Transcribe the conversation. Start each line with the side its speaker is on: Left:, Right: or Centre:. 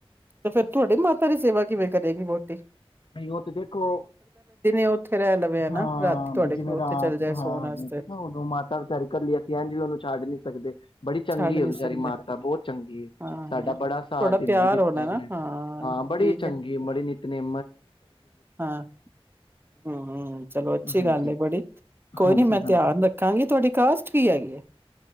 Right: ਤੇ ਫੇਰ ਤੁਹਾਡੀ ਮਾਤਾ ਦੀ ਸੇਵਾ ਕਿਵੇਂ ਕਰੇਗੀ ਵੋਟੀ
Left: ਨਹੀਂ ਉਹ ਤੇ ਦੇਖੋ
Right: ਉੱਥੇ ਰਹਿ ਲਵੇ ਹਨਾ
Left: ਹਾਂ
Right: ਰਾਤੀ ਤੁਹਾਡੇ
Left: ਵੀ ਜਿਵੇਂ
Right: ਕੋਲ
Left: ਰਾਤ
Right: ਉੱਥੇ ਚੱਲ ਜਾਏ ਸੋਣ
Left: ਹਾਂਜੀ
Right: ਵਾਸਤੇ
Left: ਦੇਖੋਨੂੰ ਮਾਤਾ ਵਿਚਾਰੀ ਕਰ ਲਈ ਅਸੀਂ ਇੰਝ ਵੀ ਉਹਨੂੰ ਛੱਡ ਨੀ ਸਕਦੇ ਬੜੀ ਚੰਗੀ
Right: ਛੱਡ ਨੀ
Left: ਹੈ
Right: ਸਕਦੇ
Left: ਵਿਚਾਰੀ ਮਾਤਾ ਬਹੁਤ ਚੰਗੀ ਹੈ
Right: ਹਾਂ
Left: ਸਾਡਾ
Right: ਤੁਹਾਡਾ
Left: ਬੜਾ ਸਾਥ ਦਿੰਦੀ
Right: ਪਿਆਰ
Left: ਜੇ
Right: ਹੋਣਾ ਨਾ
Left: ਹਾਂ ਬੜੀ
Right: ਠੀਕ
Left: ਚੰਗੀ
Right: ਹੈ
Left: ਬੜੀ ਨਿੱਤਨੇਮੀ
Right: ਹਾਂ ਹਮ ਚਲੋ ਅੱਛੀ
Left: ਹਾਂਜੀ
Right: ਗੱਲ ਹੈ ਬੜੀ ਕੋਈ
Left: ਹਾਂਜੀ
Right: ਨੀ ਮੈਂ
Left: ਹਾਂਜੀ
Right: ਧਿਆਨ ਰੱਖਾਂਗੀ ਤੁਹਾਡੀ ਕਾਸਟ ਕੀ ਹੈਗੀ